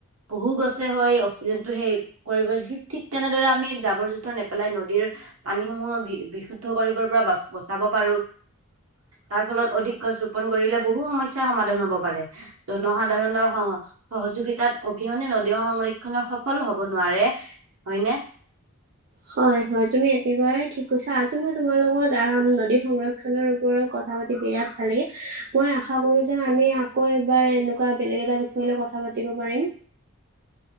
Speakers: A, on the right (about 65°); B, on the right (about 45°).
A: বহু গছে হয় অক্সিজেনটো সেই কৰিব, ঠিক তেনেদৰে আমি জাবৰ জোথৰ নেপেলাই নদীৰ পানীসমূহ বিশুদ্ধ কৰিব পৰা বচাব পাৰো তাৰ ফলত অধিক গছ ৰোপন কৰিলে বহু সমস্যাৰ সমাধান হ'ব। পাৰে জনসাধাৰণৰ স সহযোগিতাত অবিহনে নদী সংৰক্ষণৰ সফল হব নোৱাৰে হয়নে?
B: হয় হয় তুমি একেবাৰে ঠিক কৈছা আজি মই তোমাৰ লগত নদী সংক্ষণৰ ওপৰত কথা পাতি বিৰাট ভাল লাগিল, মই আশা কঁৰো যে আকৌ এবাৰ বেলেগ এ বিষয় কথা পাতিব পাৰিম।